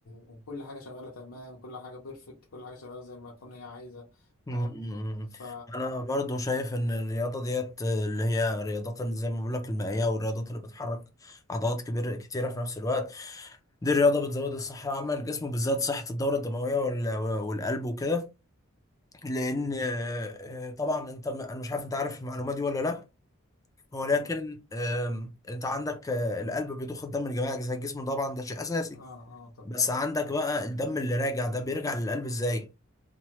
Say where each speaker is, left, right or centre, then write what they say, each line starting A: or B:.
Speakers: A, on the left; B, on the left.
A: وكل حاجة شغالة تمام كل حاجة بيرفكت كل حاجة شغالة زي ما تكون هي عايزة
B: مم.
A: فاهم ف
B: انا برضو شايف ان الرياضه ديت اللي هي الرياضات اللي زي ما بقول لك المائيه والرياضات اللي بتحرك عضلات كبيره كتيره في نفس الوقت دي الرياضه بتزود الصحه العامه للجسم بالذات صحه الدوره الدمويه وال- والقلب وكده لان
A: مم.
B: آه، آه، طبعا انت انا مش عارف انت عارف المعلومه دي ولا لا ولكن
A: ايه بقى
B: آم، انت عندك آه، القلب بيضخ الدم لجميع اجزاء الجسم طبعا ده شيء اساسي
A: اه اه طبعا
B: بس عندك بقى الدم اللي راجع ده بيرجع للقلب ازاي